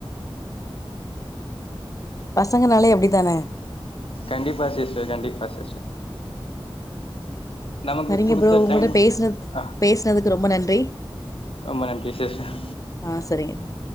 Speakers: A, on the left; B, on the left.
A: பசங்கனாலே அப்டி தான
B: கண்டிப்பா சிஸ்டர் கண்டிப்பா சிஸ்டர் நமக்கு
A: சரிங்க
B: குடுத்த
A: ப்ரோ உங்ளோட
B: டைம்
A: பேசுனது
B: ஆ
A: பேசுனதுக்கு ரொம்ப நன்றி
B: ரொம்ப நன்றி சிஸ்டர்
A: ஆ சரிங்கங்க